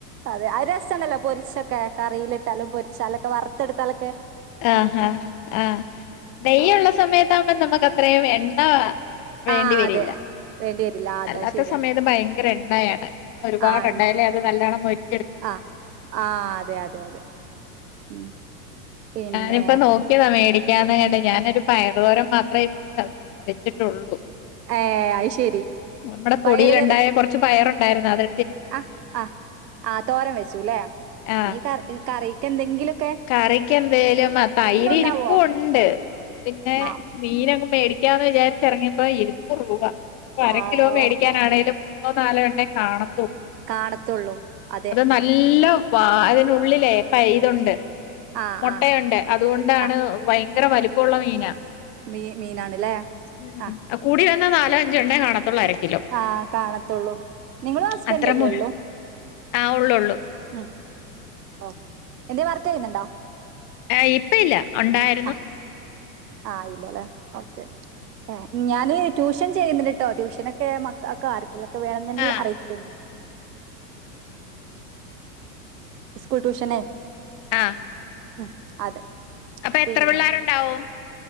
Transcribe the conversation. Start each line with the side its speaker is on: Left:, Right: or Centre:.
Right: അതെ അത് രസണ്ടല്ലോ പൊരിച്ചൊക്കെ കറീലിട്ടാലും പൊര്ച്ചാലോക്കെ വർത്തട്ത്താലൊക്കെ
Left: ആ ഹാ ആഹ് നെയ്യ്ള്ള
Right: ആ
Left: സമയത്താവുമ്പം നമ്മക്കത്രേം എണ്ണ വേണ്ടി
Right: ആഹ്
Left: വരില്ല
Right: അതെ വേണ്ടി വരില്ല ആ, അതാ
Left: അല്ലാത്ത
Right: ശരിയാ
Left: സമയത്ത് ഭയങ്കര എണ്ണയാണ് ഒരുപാട്
Right: ആഹ്
Left: എണ്ണേല്
Right: എന്നെ
Left: അത് നല്ലോണം മോര്
Right: ആഹ് ആ അതെ അതെ അതെ ഉം പിന്നെ
Left: ഞാനിപ്പം നോക്കിയതാ മേടി <unintelligible> ഞാനൊരു പയറ് തോരം മാത്രെ ഇപ്പം വെച്ചിട്ടൊള്ളൂ
Right: ഏഹ് അത് ശരി
Left: നമ്മടെ തൊടീല്
Right: പയറ്
Left: ഇണ്ടായ കൊർച്ച് പയറുണ്ടായിരുന്നു അത്
Right: അഹ് അഹ് ആ തോരം വെച്ചു ലെ
Left: ആഹ്
Right: ഇനി ക കറീക്ക് എന്തെങ്കിലും
Left: കറിക്ക് എന്തേലും ആ തൈര്
Right: ഉണ്ടാവോ
Left: ഇര്പ്പുണ്ട് പിന്നെ
Right: ആഹ്
Left: മീനങ്ങും മേടിക്കാന്ന് വിചാരിച് എറങ്ങിയപ്പോ ഇരുന്നൂറ് രൂപ അര
Right: ആഹ്
Left: കിലോ മേടിക്കാനാണെലും മൂന്നോ നാലോ എണ്ണെ കാണത്തു
Right: കാണത്തുള്ളൂ അതെ
Left: അത് നല്ല വാ അതിനുള്ളിലേ പൈ ഇതുണ്ട്
Right: ആഹ്
Left: മോട്ടയുണ്ട്
Right: ആഹ്
Left: അതുകൊണ്ടാണ്
Right: ആഹ്
Left: ഭയങ്കര വലുപ്പമുള്ള മീന
Right: മീ മീനാണല്ലേ
Left: ഉം
Right: ആഹ്
Left: കൂടി വന്ന നാലോ അഞ്ചോ എണ്ണേ കാണത്തൊള്ളു അര കിലോ
Right: ആ കാണത്തൊള്ളൂ നിങ്ങളും ഹസ്ബൻഡ്
Left: അത്ര
Right: അല്ലേ
Left: മു
Right: ഒള്ളൂ
Left: ആ ഉള്ളള്ളൂ
Right: മ് ഓക്കെ, എന്തേലും വർക്ക് ചെയ്യുന്നുണ്ടോ?
Left: ഏ ഇപ്പ ഇല്ല ഉണ്ടായി
Right: ആ ആഹ് ഇല്ലല്ലോ ഓക്കെ ഞാന് ട്യൂഷൻ ചെയ്യുന്നുണ്ട്ട്ടോ ട്യൂഷനൊക്കെ മക്കക്കെ ആർക്കേലൊക്കെ വേണമെങ്കിൽ
Left: ആ
Right: അറിയിക്കേണ്ടി. സ്കൂൾ ട്യൂഷന്
Left: ആഹ്
Right: മ് അതെ
Left: അപ്പൊ എത്ര
Right: പിന്നെ
Left: പിള്ളേരുണ്ടാവും